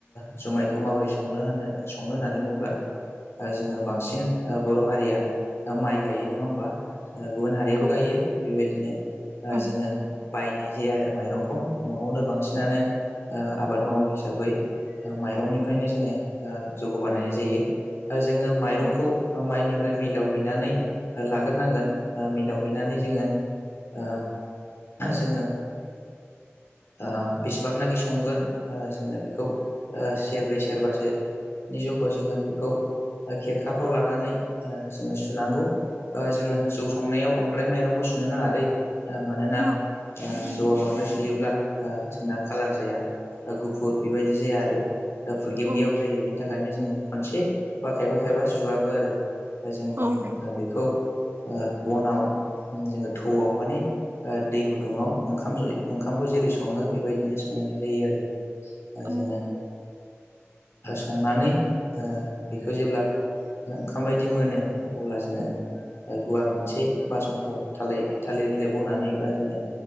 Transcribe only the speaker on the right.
औ
औ
औ
औ
औ
औ
औ